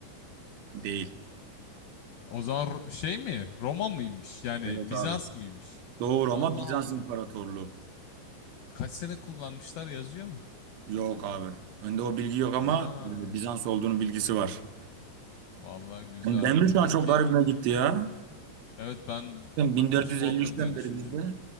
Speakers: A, on the right; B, on the left.
A: Değil.
B: O zaman Ro- şey mi? Roma mıymış? Yani
A: Evet
B: Bizans
A: abi.
B: mıymış?
A: Doğru
B: Allah
A: ama Bizans
B: Allah.
A: İmparatorluğu.
B: Kaç sene kullanmışlar yazıyor mu?
A: Yok abi. Önde o bilgi yok ama
B: Aa,
A: e, Bizans olduğunun bilgisi var.
B: vallahi güzel.
A: Yani Demir
B: Demek
A: şu an çok
B: ki
A: garibime gitti ya.
B: Evet ben
A: Ben 1453'ten
B: Osman'dır diye
A: beri
B: düşünmüşüm.
A: bizde.